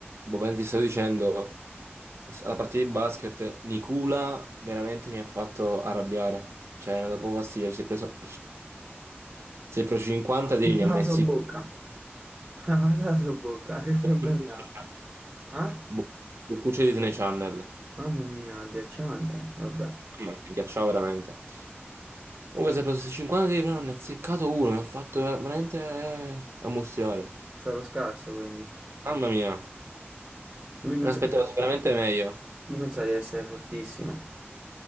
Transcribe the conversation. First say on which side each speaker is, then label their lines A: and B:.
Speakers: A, on the right; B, on the right.
A: Boh, mentre ti stavo dicendo, alla partita di basket, Nicula veramente mi ha fatto arrabbiare. Cioè, mi ha dato proprio fastidio. Si è preso, si è preso 50 tiri,
B: Pensa
A: ne ha
B: alla
A: messi
B: sua bocca. <laughs> Guarda la sua bocca, che problemi
A: Boccucci di
B: ha?
A: Disney Channel.
B: Ah?
A: Bo- Boccucci di Disney Channel.
B: Mamma mia, agghiacciante. Vabbè, è
A: Mamma mia, Mi ghiacciava veramente. Comunque si è preso questi 50 tiri, però non ne ha seccato uno, mi ha fatto ver- veramente eh, ammustriare.
B: stato scarso quindi.
A: Mamma mia,
B: Lui pensa,
A: mi aspettavo sicuramente meglio.
B: lui pensa di essere fortissimo.